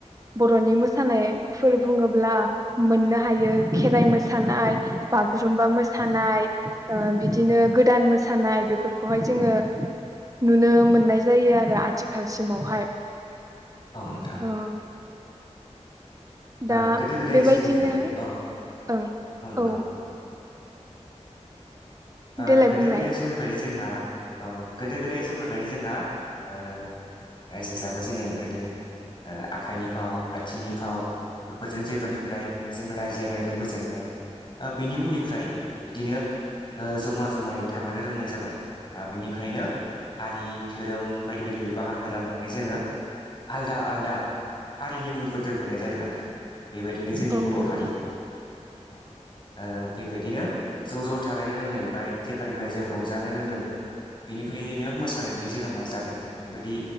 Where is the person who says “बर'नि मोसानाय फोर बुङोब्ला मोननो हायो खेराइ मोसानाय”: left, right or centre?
Right